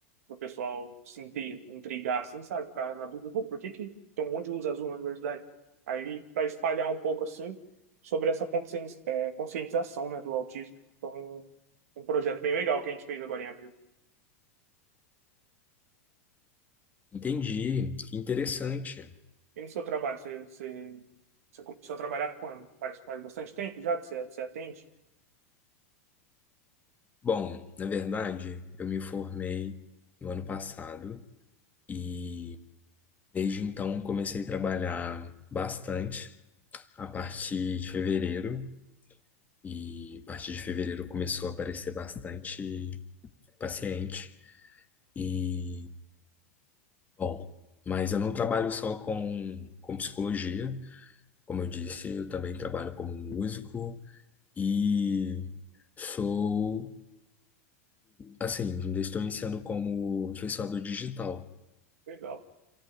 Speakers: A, on the right; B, on the left.
A: para o pessoal se intri- intrigar, assim, sabe? Ficar na dúvida, pô, por que que tem um monte de luz azul na universidade? Aí para espalhar um pouco assim sobre essa conscien- é, conscientização, né, do autismo. Então, um projeto bem legal que a gente fez agora em abril.
B: Entendi, que interessante.
A: E no seu trabalho, você, você, você começou a trabalhar quando? Faz, faz bastante tempo já que você, você atende?
B: Bom, na verdade, eu me formei no ano passado e desde então comecei a trabalhar bastante a partir de fevereiro e a partir de fevereiro começou a aparecer bastante paciente e bom, mas eu não trabalho só com com psicologia, como eu disse, eu também trabalho como músico e sou Assim, ainda estou iniciando como influenciador digital.
A: Legal.